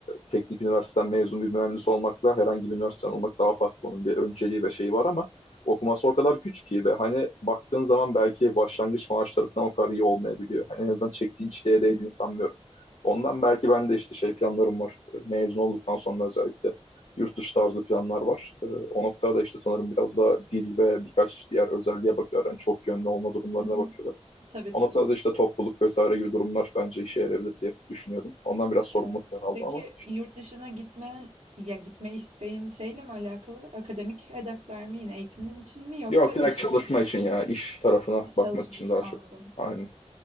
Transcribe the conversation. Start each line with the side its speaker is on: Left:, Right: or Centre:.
Left: teknik üniversiteden mezun bir mühendis olmakla herhangi bir üniversiteden olmak daha farklı. Onun bir önceliği ve şeyi var ama okuması o kadar güç ki ve hani baktığın zaman belki başlangıç maaşları falan o kadar iyi olmayabiliyor. Hani en azından çektiğin çileye
Right: hı
Left: değdiğini
Right: hı,
Left: sanmıyorum. Ondan belki ben de işte şey planlarım var mezun olduktan sonra özellikle yurt dışı tarzı planlar var. E, o noktada da işte sanırım biraz daha dil ve birkaç diğer özelliğe bakıyorlar. Yani çok yönlü olma durumlarına
Right: hı hı.
Left: bakıyorlar.
Right: Tabii
Left: O
Right: tabii.
Left: noktada da işte topluluk vesaire gibi durumlar bence işe yarayabilir diye düşünüyordum. Ondan biraz sorumluluk
Right: Evet.
Left: falan aldım
Right: Peki
Left: ama.
Right: yurt dışına gitmenin ya gitme isteğin şeyle mi alakalı? Akademik hedefler mi yine eğitimin için mi yoksa
Left: Yok
Right: iş
Left: direkt çalışma
Right: için mi?
Left: için ya iş tarafına
Right: Ya, çalışma
Left: bakmak için
Right: için
Left: daha
Right: anladım.
Left: çok. Aynen.